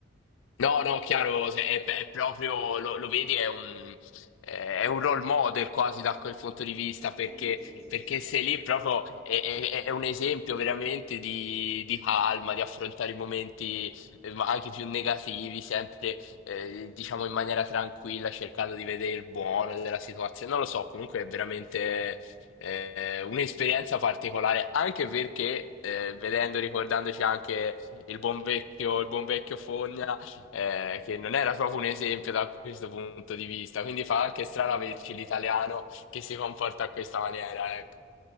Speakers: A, on the left; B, on the right.
A: No, no, chiaro,
B: Eh,
A: se- è, è proprio, lo, lo vedi, è un, eh, è un role model quasi da quel punto di vista, perché,
B: Sì, sì, sì,
A: perché
B: sì.
A: sei lì proprio, è, è- è un esempio veramente di, di calma, di affrontare i momenti eh, ma anche più negativi, sempre, eh, diciamo, in maniera tranquilla, cercando di vedere il buono della situazione. Non lo so, comunque è veramente eh, un'esperienza particolare, anche perché, eh, vedendo, ricordandoci anche il buon vecchio, il buon vecchio Fogna, eh, che non era proprio un esempio da questo punto di vista. Quindi fa anche strano
B: Eh no,
A: averci
B: eh
A: l'italiano
B: no.
A: che si comporta a questa maniera, ecco.